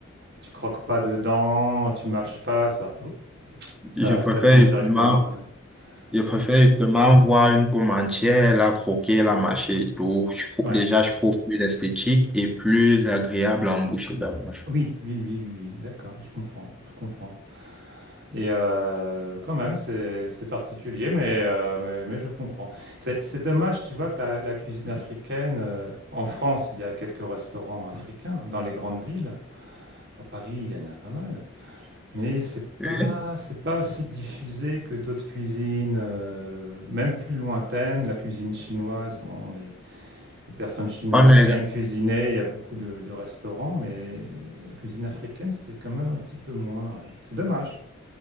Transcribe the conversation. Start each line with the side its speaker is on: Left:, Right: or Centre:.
Right: tu croques pas dedans, tu mâches pas, ça, oups, ça,
Centre: Je préfère
Right: ça tombe directement.
Centre: justement
Right: Ouais.
Centre: Je préfère
Right: Mm.
Centre: justement voir une pomme entière, la croquer, la mâcher et tout. Je trouve-
Right: Ouais.
Centre: déjà, je trouve plus esthétique et plus agréable en bouche également.
Right: Oui, oui, oui, oui, oui. D'accord, je comprends, je comprends. Et euh, quand même, c'est c'est particulier, mais, euh, mais mais je comprends. C'est c'est dommage, tu vois, que la, la cuisine africaine euh, en France, il y a quelques restaurants africains dans les grandes villes. À Paris, il y en a pas mal. Mais c'est
Centre: Oui,
Right: pas, c'est pas aussi diffusé que d'autres cuisines, euh, même plus lointaines. La cuisine chinoise, bon, les, les personnes chinoises
Centre: On a,
Right: aiment cuisiner. Il y a beaucoup de, de restaurants, mais la cuisine africaine, c'est quand même un petit peu moins. ouais. C'est dommage.